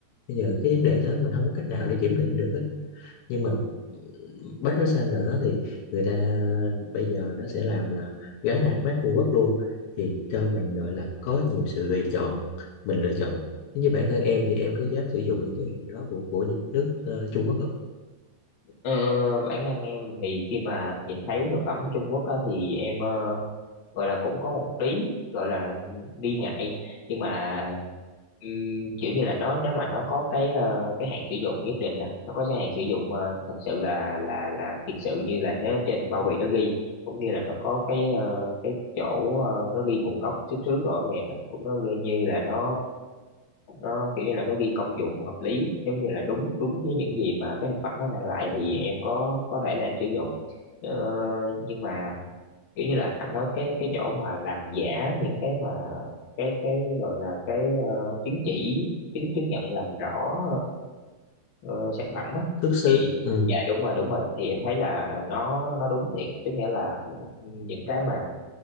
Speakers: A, on the left; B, on the left.
A: bây giờ cái vấn đề đó mình không có cách nào để kiểm định được hết nhưng mà bách hóa xanh nào đó thì người ta bây giờ nó sẽ làm là gắn hãng mác Trung Quốc luôn thì cho mình gọi là có nhiều sự lựa chọn mình lựa chọn nếu như bản thân em thì em có dám sử dụng những cái hàng đó của của những nước ờ, Trung Quốc không
B: ờ, bản năng em thì khi mà nhìn thấy thực phẩm của Trung Quốc á, thì em ờ, gọi là cũng có một lý gọi là nghi ngại nhưng mà ừm, kiểu như là nó nếu mà nó có cái ờ, cái hạn sử dụng nhất định nè nó có cái hạn sử dụng uh, thật sự là là là thiệt sự như là nó trên bao bì nó ghi cũng như là nó có cái ờ, cái chỗ ờ, nó ghi nguồn gốc xuất xứ rõ ràng nè cũng nó ghi như là nó ờ, nó kiểu như là nó ghi công dụng hợp lý giống như là đúng đúng với những gì mà cái thực phẩm nó mang lại thì em có có thể là em sử dụng Ờ, nhưng mà kiểu như là anh nói cái cái chỗ mà làm giả những cái mà cái cái gọi là cái ờ, chứng chỉ chứng chứng nhận làm rõ ờ, ờ, sản phẩm á
A: xuất xứ
B: thì
A: ừ
B: dạ đúng rồi đúng rồi thì em thấy là nó nó đúng thiệt tức nghĩa là những cái mà